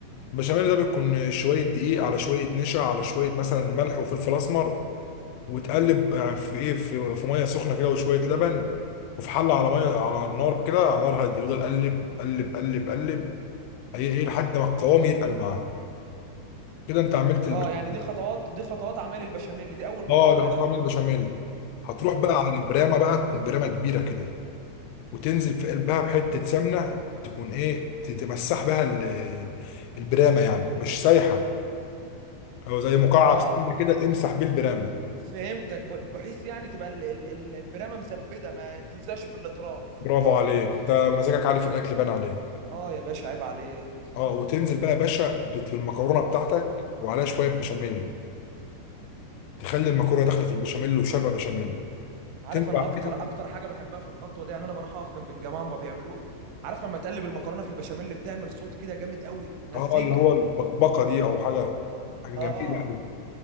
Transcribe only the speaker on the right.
اه يعني دي خطوات دي خطوات اعمال البشاميل دي اول مرحله
يعني
تمام
اه
فهمتك ب- بحيث يعني تبقى ال- ال- البرامه مزبده ما بتلزقش في الاطراف
اه يا باشا عيب عليك
عارف
انا
اكتر اكتر حاجه بحبها في الخطوه دي يعني انا بروح اقف جنب الجماعه وما بيعملوه عارف لما تقلب المكرونه في البشاميل اللي بتعمل صوت كده جامد قوي مزيكا
اه